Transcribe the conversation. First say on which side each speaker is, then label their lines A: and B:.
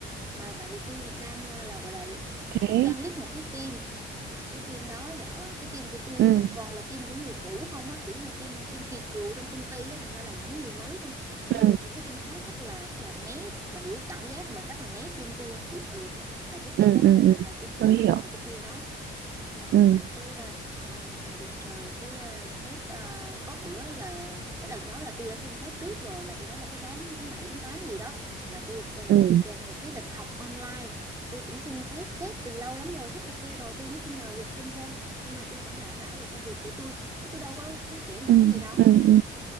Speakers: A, on the right; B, on the right.
A: mà tại vì tôi đang là, là gọi là
B: thế
A: tôi đang lead một cái team mà cái team đó dạo cái team của tôi
B: ừ
A: ờ, toàn là team của người cũ không á kiểu như là team team kỳ cựu trong công ty á thành ra là những người mới trong những
B: ừ
A: người những cái team khác rất là rất là né bà hiểu cảm giác mà rất là né team tôi không kiểu như ừ là cái
B: ừ
A: team đó
B: ừ
A: là,
B: ừ
A: là team
B: tôi
A: cũ
B: hiểu
A: thế này thế kia đó xong
B: ừ
A: rồi cái ờ, à, một ngày đẹp trời cái ờ, sếp ờ, có bữa là cái đợt đó là tôi đã xin phép trước rồi là tôi nói là cái tháng tháng 7 tháng 8 gì đó là tôi ờ,
B: ừ
A: bị kèm một cái lịch học online tôi cũng xin phép sếp từ lâu lắm rồi sếp ok rồi tôi mới xin lời work from home nhưng mà tôi vẫn đảm bảo được công việc của tôi chứ tôi đâu có cái trễ nải
B: ừ
A: gì đâu
B: ừ ừ